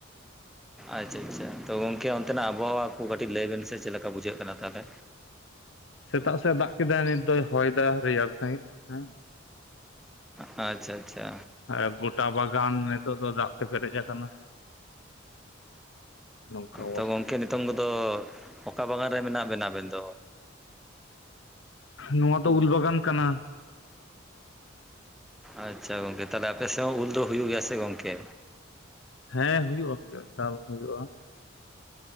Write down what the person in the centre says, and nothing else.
ᱟᱪᱪᱷᱟ ᱟᱪᱷᱟ, ᱛᱳ ᱜᱚᱝᱠᱮ ᱚᱱᱛᱮᱱᱟᱜ ᱟᱵᱚᱦᱚᱣᱟ ᱠᱚ ᱠᱟᱹᱴᱤᱡ ᱞᱟᱹᱭ ᱵᱮᱱ ᱥᱮ ᱪᱮᱫ ᱞᱮᱠᱟ ᱵᱩᱡᱷᱟᱹᱜ ᱠᱟᱱᱟ ᱛᱟᱦᱚᱞᱮ?
ᱟᱪᱪᱷᱟ᱾ ᱟᱪᱪᱷᱟ
ᱛᱚ ᱜᱚᱝᱠᱮ ᱱᱤᱛᱚᱝ ᱠᱚᱫᱚ ᱚᱠᱟ ᱵᱟᱜᱟᱱ ᱨᱮ ᱢᱮᱱᱟᱜ ᱵᱮᱱᱟ ᱟᱵᱮᱱ ᱫᱚ?
ᱟᱪᱪᱷᱟ ᱜᱚᱝᱠᱮ᱾ ᱛᱟᱦᱚᱞᱮ ᱟᱯᱮ ᱥᱮᱫ ᱦᱚᱸ ᱩᱞ ᱫᱚ ᱦᱩᱭᱩᱜ ᱜᱮᱭᱟ ᱥᱮ ᱜᱚᱝᱠᱮ?